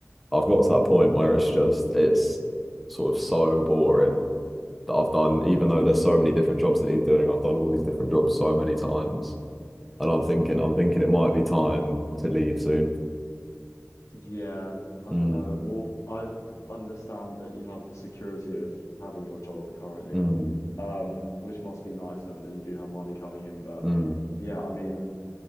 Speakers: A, in the centre; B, on the left (about 80°).
A: I've got to that point where it's just it's sort of so boring that I've done, even though there's so many different jobs that need doing, I've done all these different jobs so many times. And
B: Hmm.
A: I'm thinking, I'm thinking it might be time to leave soon.
B: Yeah. I
A: Mm,
B: don't know. Well, I understand that you'd have the security of having your job currently,
A: mm,
B: um, which must be nice knowing that you do have money coming in. But
A: mm,
B: yeah, I mean,